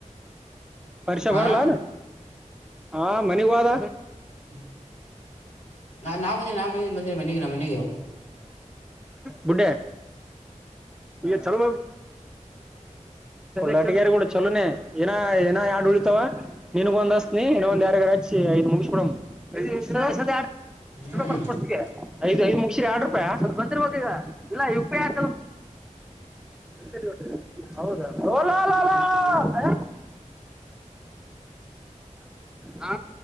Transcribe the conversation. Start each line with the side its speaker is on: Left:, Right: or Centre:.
Centre: ಪರಿಕ್ಷಾ
Left: ಆ
Centre: ಭರಲ ಹಾ ಮನ ವದ
Left: ್ಮ ನಾ ನಾ ಬಂದ ನಾ ಮ ಬಂದಿಿ ಮನೆಗೆ ನ ಮನೆಗೆ
Centre: ಹುಡ್ಡಲ ಈ ಚಲೋ ಾಟಗಾರ ಕೂಡ ಚಲೋನ ಏನ ಏನ ಯಡು ಉಳಿತಾವ ನೀನ್ಗ ಒಂದಸ್ ನೀ ನ ಒಂದು ಯಾರ ಕಾಚು ಐದು ಮುಡ ಎಡು
Left: ಹ್ಮ್
Centre: ರೂಪಾಯಸ್ ಮು ಎರಡು ರೂಪಾಯ ಬಂದಿರ್ ಈಗ ಇಲ್ಲ ಆ ಸರಿಟ್ಟೆ ಹೌದಾ ರೋಲಾ ಲಾಲಾ ಹ ಹ